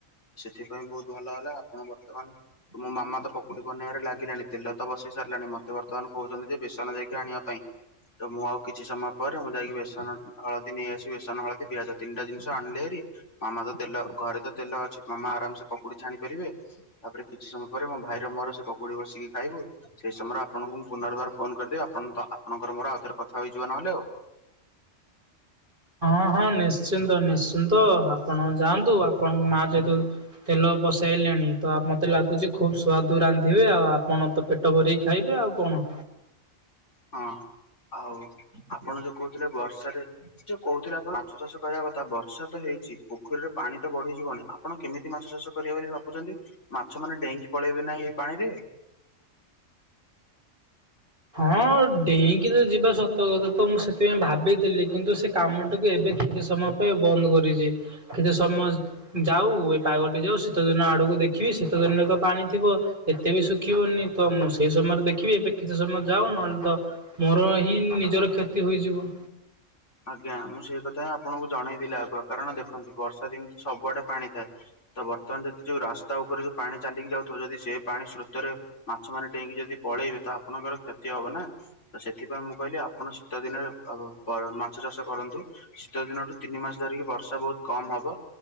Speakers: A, on the left; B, on the right.
A: ସେଥିପାଇଁ ବହୁତ ଭଲ ହେଲା ଆପଣ ବର୍ତ୍ତମାନ ମୋ ମାମା ତ ପକୁଡି ବନେଇବାରେ ଲାଗି ଗିଲାଣି ତେଲ ତ ବସେଇ ସାରିଲାଣି, ମୋତେ ବର୍ତ୍ତମାନ କହୁଚନ୍ତି ଯେ ବେସନ ଯାଇକି ଆଣିବା ପାଇଁ। ତ ମୁଁ ଆଉ କିଛି ସମୟ ପରେ ମୁଁ ଯାଇକି ବେସନ ହଳଦୀ ନେଇ ଆସିି ବେସନ ହଳଦୀ ପିଆଜ ତିନିଟା ଜିନିଷ ଆଣିଲି ହେରି। ମାମା ତ ତେଲ ଘରେ ତ ତେଲ ଅଛି ମାମା ଆରାମସେ ପକୁଡି ଛାଣି ପାରିବେ। ତାପରେ କିଛି ସମୟ ପରେ ମୋ ଭାଇର ମୋର ସେ ପକୁଡି ବସିକି ଖାଇବୁ। ସେଇ ସମୟରେ ଆପଣଙ୍କୁ ମୁଁ ପୁନର୍ବାର ଫୋନ୍ କରିଦେବି, ଆପଣ ତ ଆପଣଙ୍କର ମୋର ଆଉ ଥରେ କଥା ହେଇଯିବ ନହେଲେ ଅ,।
B: ହଁ ହଁ ନିଶ୍ଚିନ୍ତ ନିଶ୍ଚିନ୍ତ ଆପଣ ଯାଆନ୍ତୁ ଆପଣଙ୍କ ମା ଯେହେତୁ ତେଲ ବସେଇଲେଣି ତ ମୋତେ ଲା ଗୁଛି ଖୁବ୍ ସୁଆଦୁ ରାନ୍ଧିବେ ଆଉ ଆପଣ ତ ପେଟ ଭରିକି ଖାଇବେ ଆଉ କଣ।
A: ହଁ ଆଉ ଆପଣ ଯୋଉ କହୁଥିଲେ ବର୍ଷାରେ ସେ କହୁଥିଲେ ଆପଣ ମାଛ ଚାଷ କରିବା କଥା ବର୍ଷା ତ ହେଇଛି, ପୋଖରୀରେ ପାଣି ତ ବଢିଯିବଣି, ଆ ଆପଣ କେମିତି ମାଛ ଚାଷ କରିବେ ବୋଲି ଭାବୁଛନ୍ତି? ମାଛ ମାନେ ଡେଇଙ୍କି ପଳେଇବେ ନା ଏଇ ପାଣିରେ।
B: ହଁ ଡେଇଁକି ତ ଯିବା ସତ ତୋର ତ ମୁଁ ସେଥିପାଇଁ ଭାବିଥିଲି କିନ୍ତୁ ସେ କାମଟିକୁ ଏବେ କିଛି ସମୟ ପାଇଁ ବନ୍ଦ କରିଚି। କେତେ ସମୟ ଯାଉ ଏ ପାଗଟି ଯାଉ ଶୀତ ଦିନ ଆଡକୁ ଦେଖିବି ଶୀତ ଦିନରେ ତ ପାଣି ଥିବ ଏତେ ବି ଶୁଖିବନି ତ ମୁଁ ସେଇ ସମୟରେ ଦେଖିବି ଏବେ କିଛି ସମୟ ଯାଉ ନ ନହଲେ ତ ମୋର ହିଁ ନିଜର କ୍ଷତି ହୋଇଯିବ।
A: ଆଜ୍ଞା ମୁଁ ସେଇ କଥା ହିଁ ଆପଣଙ୍କୁ ଜଣେଇବିଲା ଆଗୁଆ କାରଣ ଦେଖନ୍ତୁ ବର୍ଷା ଦିନ ତ ସବୁଆଡେ ପାଣି ଥାଏ। ତ ବର୍ତ୍ତମାନ ଯଦି ଯୋଉ ରାସ୍ତା ଉପରେ ଯୋଉ ପାଣି ଚାଲିକି ଯାଉଥିବ ଯଦି ସେ ପାଣି ସ୍ରୋତରେ ମାଛ ମାନେ ଡେଇଁକି ଯଦି ପଳେଇବେ ତ ଆପଣଙ୍କର କ୍ଷତି ହବ ନା? ତ ସେଥିପାଇଁ ମୁଁ କହିଲି ଆପଣ ଶୀତ ଦିନରେ ଆହୁ କରନା। ମାଛ ଚାଷ କରନ୍ତୁ ଶୀତ ଦିନଠୁ ତିନି ମାସ ଧରିକି ବର୍ଷା ବହୁତ କମ ହବ।